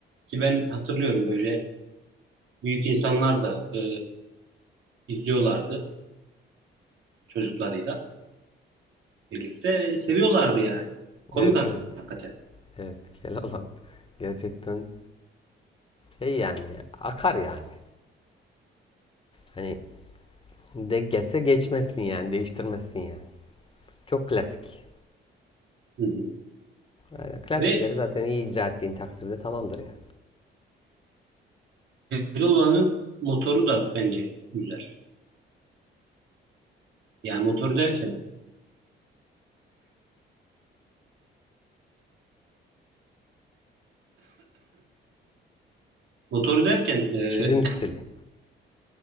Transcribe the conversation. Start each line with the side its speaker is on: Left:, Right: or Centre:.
Right: Ki ben hatırlıyorum böyle büyük insanlar da e, izliyorlardı çocuklarıyla birlikte. E, Seviyorlardı yani. Komik
Left: Evet evet.
Right: hakikaten.
Left: Evet Keloğlan gerçekten şey yani akar yani. Hani denk gelse geçmezsin yani değiştirmezsin yani. Çok klasik.
Right: Hı hı.
Left: Yani klasikleri
Right: Ve
Left: zaten iyi icra ettiğin takdirde tamamdır yani.
Right: Keloğlan'ın motoru da bence güzel. Yani motoru derken motoru derken e,
Left: Çizim stili.